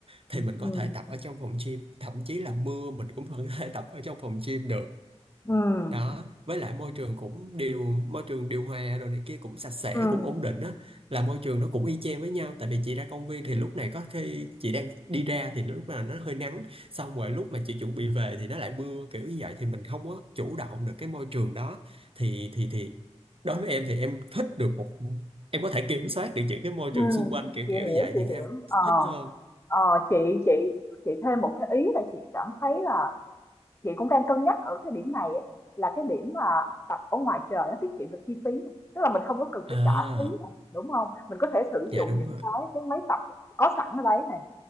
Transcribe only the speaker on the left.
ừ
ừ ừ
ừ
ừ
chị
hiểu,
chị
hiểu.
Ờ,
ờ, chị chị chị thêm một cái ý là chị cảm thấy là chị cũng đang cân nhắc ở cái điểm này á, là cái điểm mà tập ở ngoài trời nó tiết kiệm được chi phí này, tức là mình không có cần
phải trả phí này, đúng không? Mình có thể sử
dụng
những
cái cái máy tập có sẵn ở đấy này.